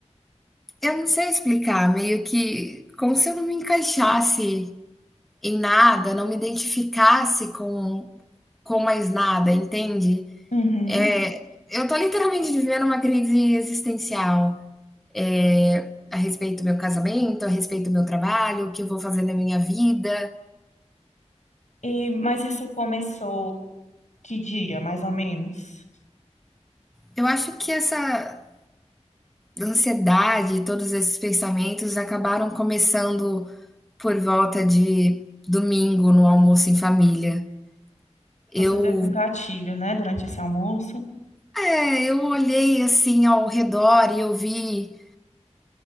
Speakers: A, in the centre; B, on the left (about 80°).
A: Eu não sei explicar, meio que como se eu não me encaixasse em nada, não me identificasse com, com mais nada, entende?
B: Uhum.
A: É, eu tô literalmente vivendo uma crise existencial. é, a respeito do meu casamento, a respeito do meu trabalho, o que eu vou fazer na minha vida.
B: E, mas isso começou que dia, mais ou menos?
A: Eu acho que essa ansiedade, todos esses pensamentos acabaram começando por volta de domingo no almoço em família. Eu,
B: Você teve um gatilho, né, durante esse almoço,
A: é, eu olhei assim ao redor e eu vi